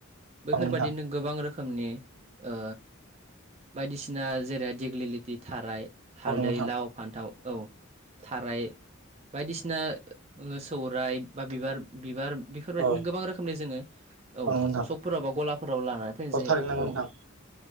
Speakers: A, on the right; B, on the right.
A: बैफोरबादिनो
B: नंगौ नोंथां
A: गोबां रोखोमनि ओ बायदिसिना जेरैहाय दिग्लिलिथि थाराय हालदै
B: औ नंगौ नोंथां
A: लाव फान्थाव औ। थाराय बायदिसिना ओ सौराय बा बिबार बिबार बेफोरबायदिनो
B: औ नंगौ नोंथां औ नंगौ नोंथां औ
A: गोबां रोखोमनि जोङो औ
B: नंगौ नोंथां
A: सकफोरावबा गलाफोराव लानानै फैनाय
B: औ
A: जायो
B: थारैनो नंगौ
A: औ।
B: नोंथां